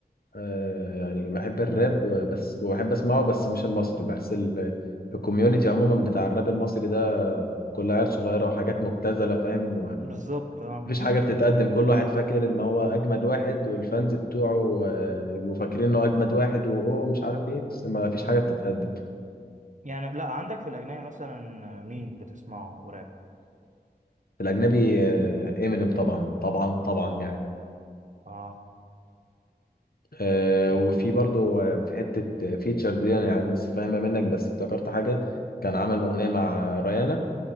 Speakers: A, on the left; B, on the right.
A: آه، يعني بحب الراب و- بس وبحب أسمعه بس مش المصري بحس ال- الكوميونتي عموما بتاع الراب المصري ده كلها عيال صغيرة وحاجات مبتذلة فاهم
B: بالظبط أه
A: مفيش حاجة بتتقدم كل واحد فاكر ان هو اجمد واحد والفانز بتوعه آه، يبقوا فاكرين انه اجمد واحد واوه مش عارف ايه بس ما فيش حاجة بتتقدم
B: يعني لا عندك في الأجنبي مثلا مين بتسمعه راب
A: في الاجنبي امينيم طبعا طبعا طبعا يعني
B: أه
A: آه، وفي برضو آه، في حتة فيتشر دي انا يعني لسه فاهمها منك بس افتكرت حاجة كان عمل اغنية مع ريانا